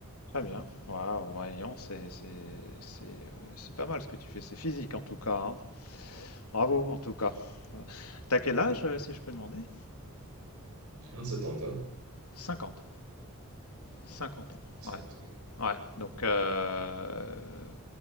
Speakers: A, on the left (about 85°); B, on the right (about 80°).
A: Très bien. Waouh, voyons, c'est c'est- c'est, euh, c'est pas mal ce que tu fais. C'est physique en tout cas. hein. Bravo en tout cas. Euh, T'as quel âge, euh, si je peux demander?
B: J'ai 27 ans, et toi?
A: 50, 50 ans.
B: 50,
A: Ouais.
B: ok.
A: Ouais. Donc, euh,